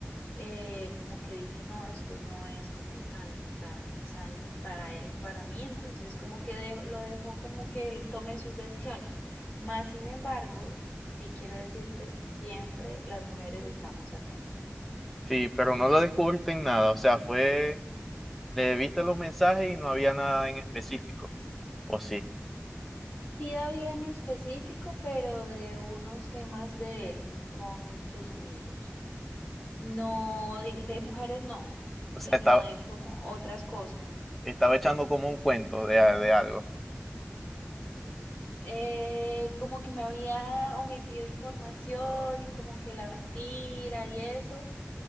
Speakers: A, on the left; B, in the centre.
A: eh, como que dije, no, esto no es como tan, tan sano ni para él ni para mí, entonces como que dejo- lo dejo como que él tome sus decisiones. Más sin embargo, sí quiero decirte, siempre las mujeres estamos atentas.
B: sí, pero no lo descubriste en nada, o sea, fue, le viste los mensajes y no había nada en específico, o sí,
A: Sí había en específico, pero de unos temas de él con sus amigos. No, di- de mujeres no,
B: o
A: sino
B: sea, estaba,
A: de como otras cosas.
B: estaba echando como un cuento de, de algo.
A: Eh, como que me había omitido información y como que la mentira y eso.